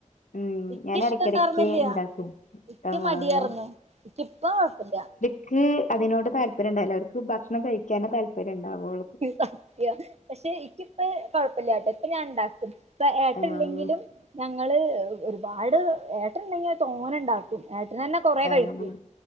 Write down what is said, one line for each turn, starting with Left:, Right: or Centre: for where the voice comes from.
Left: ഉം
Right: ഇക്ക്
Left: ഞാൻ
Right: ഇഷ്ടംണ്ടാർന്നില്ല്യ
Left: എടക്കെടക്ക് ഇണ്ടാക്കും
Right: ഇക്ക്
Left: ആഹ്
Right: മടിയാർന്നു ഇക്കി ഇപ്പൊ കൊഴപ്പില്ല
Left: ഇക്ക് അതിനോട് താല്പര്യം ഉണ്ടാവില്ല ഓർക്ക് ഭക്ഷണം കഴിക്കാനെ താല്പര്യം ഉണ്ടാവുള്ളൂ
Right: സത്യം പക്ഷെ ഇക്കി ഇപ്പ കൊഴപ്പില്ലാട്ടോ ഇപ്പൊ ഞാൻ ഉണ്ടാക്കും ഇപ്പ ഏട്ടൻ
Left: ആഹ്
Right: ഇല്ലെങ്കിലും ഞങ്ങള് ഒരുപാട് ഏട്ടൻണ്ടെങ്കിൽ തോനെണ്ടാക്കും ഏട്ടൻ തന്നെ കൊറേ
Left: ആഹ്
Right: കഴിക്കും